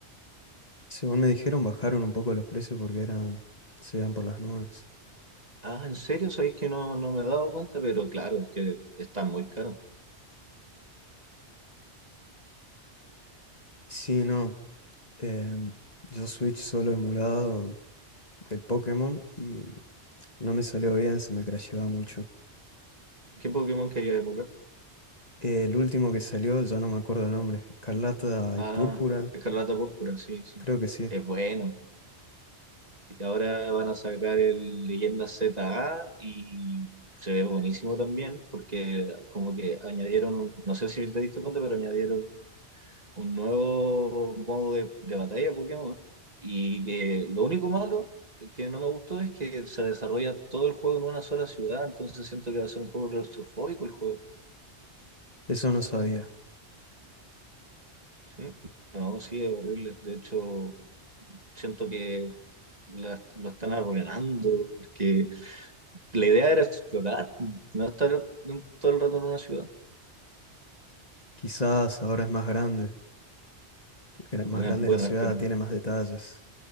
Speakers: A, on the left; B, on the right.
A: Según me dijeron, bajaron un poco los precios porque eran, se iban por las nubes.
B: Ah, ¿en serio? Sabéis que no, no me he dado cuenta, pero claro, es que están muy caros.
A: Sí, no. em, yo Switch solo emulado el Pokémon y no me salió bien, se me crasheaba mucho.
B: ¿Qué Pokémon quería emular?
A: El último que salió, ya no me acuerdo el nombre, Escarlata
B: Ah,
A: y Púrpura,
B: Escarlata Púrpura, sí, sí.
A: creo que sí.
B: Es bueno. Que Ahora van a sacar el Leyenda ZA y se ve buenísimo también, porque como que añadieron un, no sé si te diste cuenta, pero añadieron un nuevo modo de, de batalla Pokémon. Y que lo único malo que no me gustó es que se desarrolla todo el juego en una sola ciudad, entonces siento que va a ser un poco claustrofóbico el juego.
A: Eso no sabía.
B: ¿Sí? No, sí, es horrible. De hecho, siento que la- lo están arruinando, porque la idea era explorar, no estar todo el rato en una ciudad.
A: Quizás ahora es más grande. gra- más
B: Eh,
A: grande
B: Bueno,
A: la ciudad,
B: esperemos.
A: tiene más detalles.